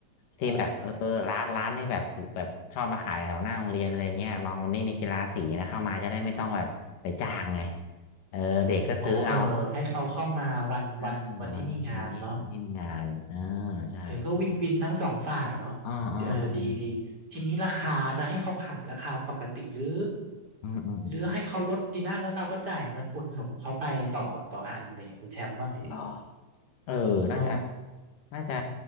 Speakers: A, on the left; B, on the right.
A: ที่แบบเออร้านร้านที่แบบแบบชอบมาขายแถวหน้าโรงเรียนอะไรเงี้ยลองวันนี้มีกีฬาสีนะเข้ามาจะได้ไม่ต้องแบบไปจ้างไง
B: อ๋ออ๋อ
A: เออเด็กก็ซื้อเอา
B: อ๋อเออให้เขาเข้ามาวันวันวันที่มีงานเนาะ
A: อ่าวันวันนี้วันที่มีงานอ่าใช่
B: เออก็วินวินทั้งสองฝ่ายเนาะ
A: อ๋ออ๋ออืม
B: เออดีดีทีนี้ราคาจะให้เขาขายราคาปกติหรือ
A: อืมอืม
B: หรือให้เขาลดดีนะแล้วเราก็จ่ายเงินอุดหนุนเขาไปต่อต่ออันอะไรเงี้ยคุณแชมป์ว่าไงดี
A: เหรอ เออน่าจะ
B: อ๋อ
A: น่าจะ